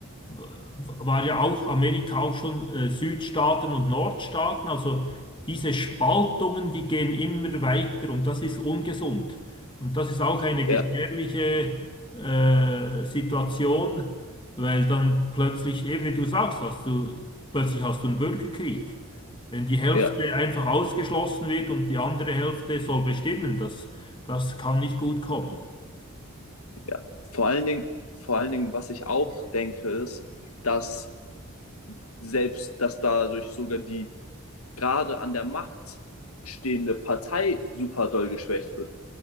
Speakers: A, on the left; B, on the left.
A: w- war ja auch Amerika auch schon äh, Südstaaten und Nordstaaten. Also diese Spaltungen, die gehen immer weiter und das ist ungesund. Und das ist auch eine gefährliche
B: ja,
A: äh, Situation, weil dann plötzlich, eben wie du sagst, hast du, plötzlich hast du einen Bürgerkrieg. Wenn die Hälfte
B: ja,
A: einfach ausgeschlossen wird und die andere Hälfte soll bestimmen, das, das kann nicht gut kommen.
B: ja. Vor allen Dingen, vor allen Dingen, was ich auch denke, ist, dass selbst, dass dadurch sogar die gerade an der Macht stehende Partei super doll geschwächt wird.